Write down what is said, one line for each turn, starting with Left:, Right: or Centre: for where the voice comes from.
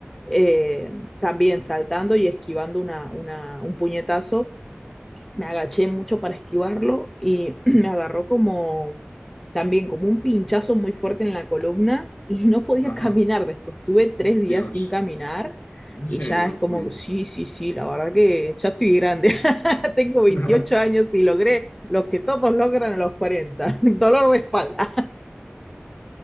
Centre: eh, también saltando y esquivando una, una, un puñetazo me agaché mucho para esquivarlo y <clears throat> me agarró como también como un pinchazo muy fuerte en la columna <laughs> y no podía
Left: Ajá,
Centre: caminar después. Tuve tres días
Left: Dios,
Centre: sin caminar
Left: en
Centre: y
Left: serio,
Centre: ya es como,
Left: uy.
Centre: sí, sí, sí, la verdad que ya estoy grande. <laughs> Tengo
Left: <laughs>
Centre: 28 años y logré los que todos logran a los 40 <laughs> dolor de espalda.